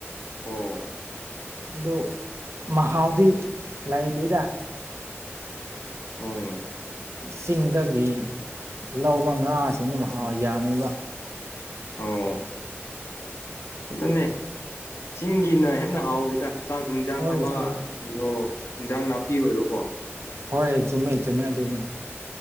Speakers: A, on the left (about 65°); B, on the right (about 75°).
A: ꯑꯣꯝ
B: ꯑꯗꯨ ꯃꯍꯥꯎꯗꯤ ꯂꯩꯇꯦꯗ
A: ꯎꯝ
B: ꯆꯤꯡꯗꯒꯤ ꯂꯧꯕ ꯉꯥꯁꯤꯡꯅ ꯃꯍꯥꯎ ꯌꯥꯝꯃꯤꯕ
A: ꯑꯣ ꯑꯗꯨꯅꯦ ꯆꯤꯡꯒꯤꯅ ꯍꯦꯟꯅ ꯍꯥꯎꯋꯗ ꯆꯥꯛ ꯌꯦꯟꯖꯥꯡ
B: ꯍꯣꯏ
A: ꯑꯃ
B: ꯍꯣꯏ
A: ꯑꯣꯏꯔꯣ ꯏꯟꯖꯥꯡ ꯅꯥꯄꯤ ꯑꯣꯏꯔꯣꯀꯣ
B: ꯍꯣꯏ ꯆꯨꯝꯃꯦ
A: ꯎꯝ
B: ꯆꯨꯝꯃꯦ ꯑꯗꯨꯅꯤ